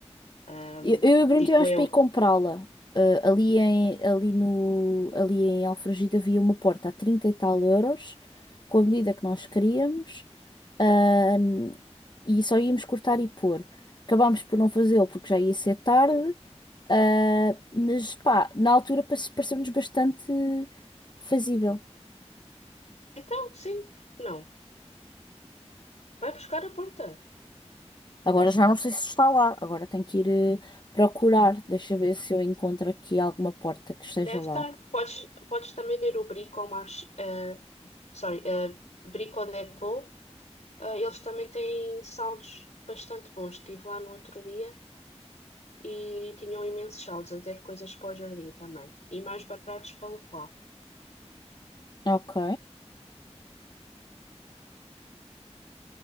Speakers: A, on the left; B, on the left.
A: Ahm,
B: Eu, eu e o Bruno
A: digo
B: tivemos
A: eu.
B: para ir comprá-la. Ah, ali em, ali no, ali em Alfragide havia uma porta a 30 e tal euros, com a medida que nós queríamos, ahm, e só íamos cortar e pôr. Acabámos por não fazê-lo porque já ia ser tarde, ah, mas pá, na altura pace- pareceu-nos bastante fazível.
A: Então, sim, que não. Vai buscar a porta.
B: Agora já não sei se está lá, agora tenho que ir eh, procurar. Deixa eu ver se eu encontro aqui alguma porta que esteja
A: Deve
B: lá.
A: estar. Podes, podes também ver o Brico ao March, eh, sorry, eh, Brico Dépôt. Eh, eles também têm saldos bastante bons. Estive lá no outro dia. e tinham imensos saldos, até de coisas para o jardim também. E mais baratos para o lá.
B: Ok.